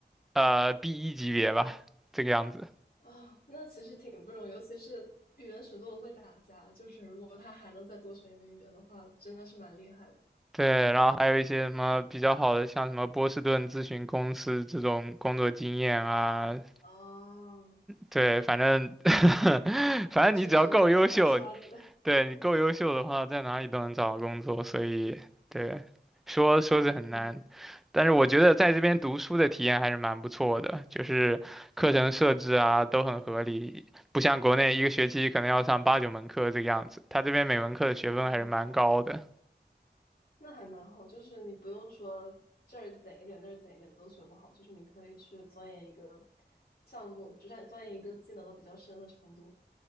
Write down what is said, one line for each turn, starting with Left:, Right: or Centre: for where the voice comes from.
Centre: 呃 b 一级别吧，这个样子。
Left: 啊，那其实挺不容易，尤其是语言学多了会打架，就是如果他还能再多学一门语言的话，真的是蛮厉害的。
Centre: 对，然后还有一些什么比较好的，像什么波士顿咨询公司这种工作经验啊，
Left: 哦，
Centre: 对，反正 <laughs> 反正你只要够优秀，
Left: 那确实有两把刷子，
Centre: 对，你够优秀的话，在哪里都能找到工作，所以对，说说是很难，
Left: <laughs> 嗯，
Centre: 但是我觉得在这边读书的体验还是蛮不错的，就是课程设置啊都很合理，不像国内一个学期可能要上八九门课这个样子，他这边每门课的学分还是蛮高的。
Left: 啊，那还蛮好，就是你不用说这儿减一点那儿减一点都学不好，就是你可以去钻研一个项目，就算钻研一个技能到比较深的程度。